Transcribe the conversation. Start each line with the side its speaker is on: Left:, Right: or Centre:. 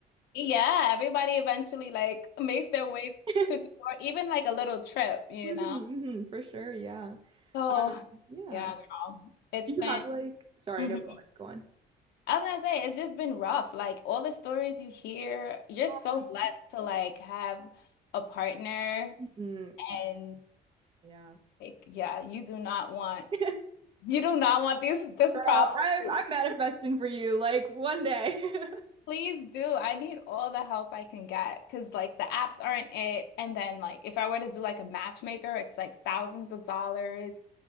Left: Yeah, everybody eventually like makes their way
Right: <laughs>
Left: to New York, even like a little trip, you
Right: hmm
Left: know?
Right: for sure, yeah.
Left: So,
Right: Uh, yeah.
Left: yeah, girl, it's
Right: Do
Left: been,
Right: you have like, sorry,
Left: Mhm.
Right: no, go on, go on.
Left: I was gonna say, it's just been rough. Like all the stories you hear, you're
Right: Oh
Left: so
Right: man.
Left: blessed to like have a partner
Right: Mhm.
Left: and
Right: Yeah.
Left: like, yeah, you do not want,
Right: <laughs>
Left: you do not want this, this
Right: Girl,
Left: problem.
Right: I'm
Left: <laughs>
Right: I'm manifesting for you, like one day. <laughs>
Left: Please do. I need all the help I can get because like the apps aren't it. And then like if I were to do like a matchmaker, it's like thousands of dollars.